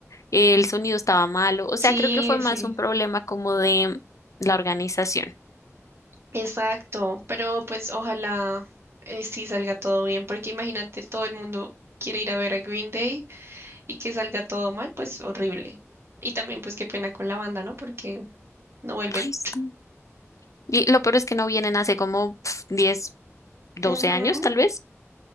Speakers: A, on the left; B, on the right.
A: el sonido estaba malo, o
B: Sí,
A: sea, creo que fue más
B: sí.
A: un problema como de la organización.
B: Exacto, pero pues ojalá eh, sí salga todo bien, porque imagínate, todo el mundo quiere ir a ver a Green Day y que salga todo mal, pues horrible. Y también pues qué pena con la banda, ¿no? Porque no vuelven.
A: Ay, sí. Y lo peor es que no vienen hace como pf, 10, 12
B: Ujú.
A: años, tal vez.